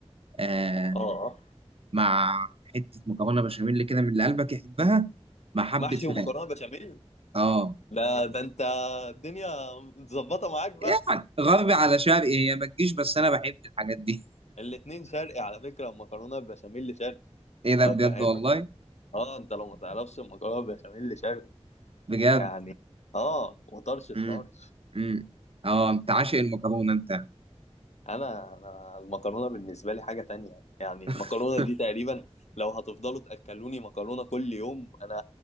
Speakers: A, on the right (about 60°); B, on the left (about 85°).
A: آه
B: اه
A: مع حتة مكرونة بشاميل كده من اللي قلبك يحبها مع حبة
B: محشي
A: فراخ
B: ومكرونه بشاميل
A: اه
B: ده ده انت الدنيا متظبطه معاك بقى
A: يعني غربي على شرقي هي ما تجيش بس انا بحب الحاجات دي
B: الاتنين شرقي على فكره المكرونه البشاميل شرقي
A: ايه ده
B: افهمك
A: بجد والله
B: اه انت لو ما تعرفش المكرونه بشاميل شرقي
A: بجد
B: يعني اه وطرش الطار
A: امم امم اه انت عاشق المكرونه انت
B: انا انا المكرونه بالنسبه لي حاجه تانية يعني
A: <laughs>
B: المكرونه دي تقريبا لو هتفضلوا تاكلوني مكرونه كل يوم انا